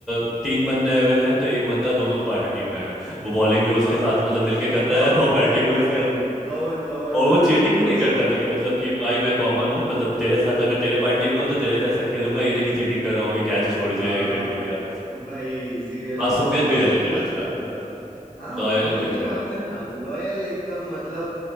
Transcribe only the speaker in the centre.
अ, तीन बंदे अगर हैं तो एक बंदा दोनों की पार्टी में है वो बॉलिंग भी उसके
साथ मतलब मिलके कर
रहा है वो बैटिंग
भी उसके
और
वो चीटिंग
भी
नहीं
करता था कि मतलब कि भाई मैं कॉमन हूँ मतलब तेरे साथ अगर तेरे पार्टी में हो तो तेरे से ऐसा खेलूंगा ये नहीं कि चीटिंग कर रहा हूँ कि कैश छोड़ दिया
ये कर दिया
मासूमियत
भी रहती थी
बचपन में
लॉयल
भी
थे